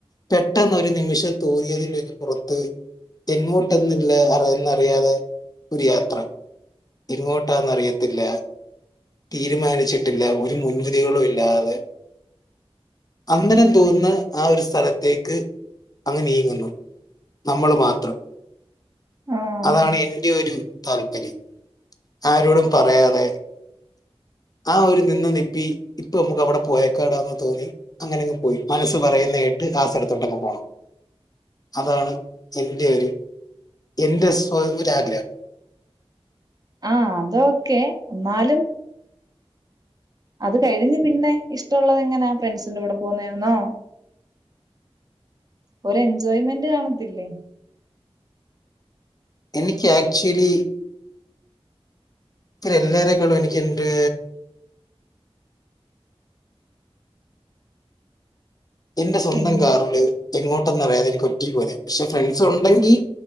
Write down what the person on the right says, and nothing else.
ആഹ്
ആഹ! അതൊക്കെ എന്നാലും അത് കഴിഞ്ഞ് പിന്നെ ഇഷ്ടമുള്ളത് എങ്ങനാ ഫ്രണ്ട്സിന്റെ കൂടെ പോന്നേ ആന്നോ? ഒരു എൻജോയ്മെന്റ് കാണത്തില്ലേ?
എൻ